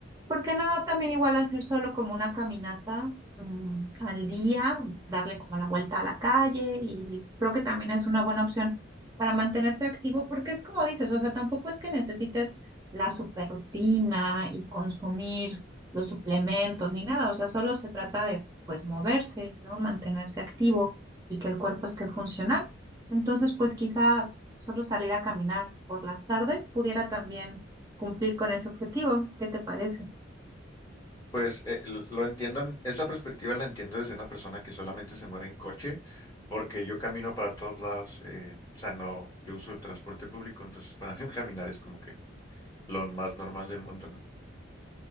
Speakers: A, on the right; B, on the left.
A: ¿Por qué no también igual hacer solo como una caminata mm, al día, darle como la vuelta a la calle? Y creo que también es una buena opción para mantenerte activo, porque es como dices, o sea, tampoco es que necesites la super rutina y consumir los suplementos ni nada, o sea, solo se trata
B: Ujú,
A: de pues moverse, ¿no? Mantenerse activo y que
B: ujú,
A: el cuerpo esté funcional. Entonces, pues quizá solo salir a caminar por las tardes pudiera también
B: ujú.
A: cumplir con ese objetivo. ¿Qué te parece?
B: Pues eh, l- lo entiendo, en- esa perspectiva la entiendo desde una persona que solamente se mueve en coche, porque yo camino para todos lados, eh, o sea, no, yo uso el transporte público, entonces para mí <laughs> caminar es como que lo más normal del mundo, ¿no?